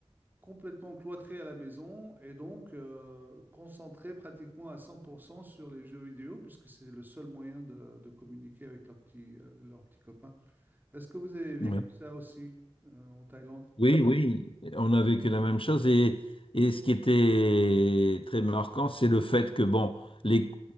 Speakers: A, on the right; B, on the left.
A: complètement cloîtré à la maison et donc euh, concentré pratiquement à 100% sur les jeux vidéo puisque c'est le seul moyen de, de communiquer avec leurs petits, euh, leurs petits copains. Est-ce que vous avez vécu
B: Ouais.
A: ça aussi euh, en Thaïlande?
B: Oui, oui, on a vécu la même chose et, et ce qui était très marquant, c'est le fait que bon, les,